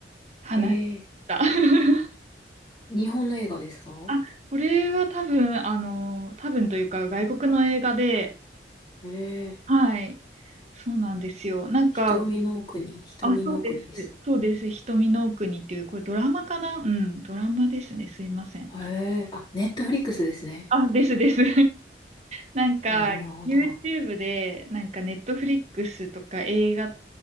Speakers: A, on the right (about 40°); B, on the left (about 25°).
A: 話でした。
B: ええ
A: <laughs>
B: 日本の映画ですか
A: あ、これは多分、あの、多分というか外国の映画で、
B: ええ
A: はい。そうなんですよ。なんか、
B: 瞳の奥に、瞳の奥にでした。
A: あ、そうです。そうです。瞳の奥にっていう、これドラマかなうん、ドラマですね。すいません。
B: ええあ、ネットフリックスですね。
A: あ、ですです。なんか、
B: なるほど。
A: YouTube で、なんか Netflix とか映画